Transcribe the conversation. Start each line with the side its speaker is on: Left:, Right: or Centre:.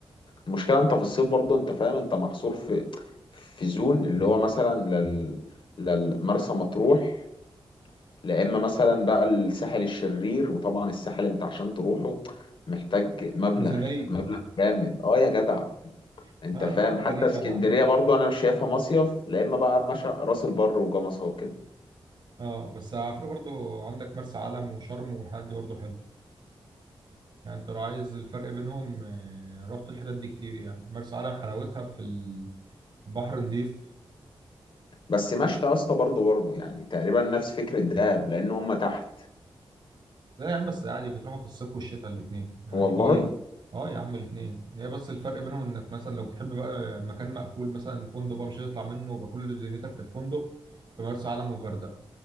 Left: المشكله انت في الصيف برضه انت فاهم انت محصور في في زون اللي هو مثلا لل للمرسى مطروح لا اما مثلا بقى الساحل الشرير وطبعا الساحل انت عشان تروحه محتاج مبلغ
Right: ميزانيه
Left: مبلغ جامد اه يا جدع
Right: <laughs>
Left: انت
Right: اه
Left: فاهم
Right: سؤال
Left: حتى
Right: غريبه
Left: اسكندريه
Right: يا عم
Left: برضو انا مش شايفها مصيف لا اما بقى مشى راس البر وجمصة وكده
Right: اه بس على فكره برضو عندك مرسى علم وشرم والحاجات دي برضو حلو يعني انت لو عايز الفرق بينهم آه، رحت الحتت دي كتير يعني مرسى علم حلاوتها في البحر نضيف
Left: بس مشت يا اسطى برضو برضو يعني تقريبا نفس فكره دهب لان هم تحت
Right: لا يا عم بس عادي بتروحوا في الصيف والشتاء الاثنين يعني
Left: والله
Right: دي اه يا عم الاثنين هي بس الفرق بينهم انك مثلا لو بتحب بقى مكان مقفول مثلا فندق بقى مش هتطلع منه ويبقى كل دنيتك في الفندق في مرسى علم والغردقه